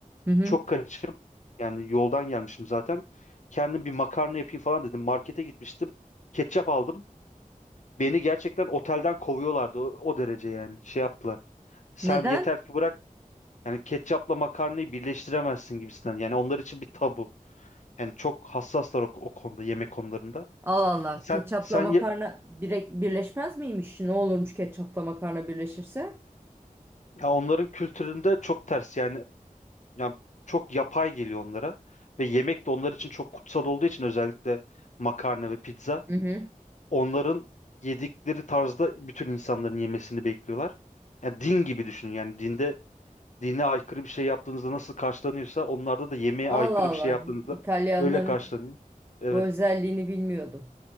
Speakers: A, on the right; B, on the left.
A: hı hı.
B: çok kaçıp yani yoldan gelmişim zaten. Kendim bir makarna yapayım falan dedim. Markete gitmiştim. Ketçap aldım. Beni gerçekten otelden kovuyorlardı o, o derece yani. Şey yaptılar. Sen
A: Neden?
B: yeter ki bırak yani ketçapla makarnayı birleştiremezsin gibisinden. Yani onlar için bir tabu. Yani çok hassaslar o, o konuda yemek konularında.
A: Allah Allah.
B: Sen
A: Ketçapla
B: sen
A: makarna
B: ye-
A: bire- birleşmez miymiş? Ne olurmuş ketçapla makarna birleşirse?
B: ya onların kültüründe çok ters yani ya çok yapay geliyor onlara ve yemek de onlar için çok kutsal olduğu için özellikle makarna ve pizza.
A: Hı hı.
B: onların yedikleri tarzda bütün insanların yemesini bekliyorlar. Yani din gibi düşünün. Yani dinde dine aykırı bir şey yaptığınızda nasıl karşılanıyorsa onlarda da yemeğe
A: Allah
B: aykırı
A: Allah.
B: bir şey yaptığınızda
A: İtalyanların
B: öyle karşılanıyor. Evet.
A: bu özelliğini bilmiyordum.